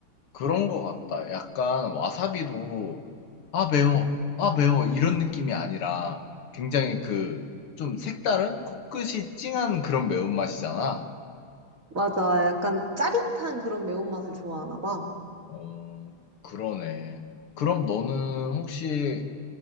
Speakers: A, on the left; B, on the right.
A: 그런 것 같다. 약간 와사비도 아 매워, 아 매워 이런 느낌이 아니라 굉장히 그 좀 색다른 코끝이 찡한 그런 매운맛이잖아.
B: 맞아. 약간 짜릿한 그런 매운맛을 좋아하나 봐.
A: 어, 그러네. 그럼 너는 혹시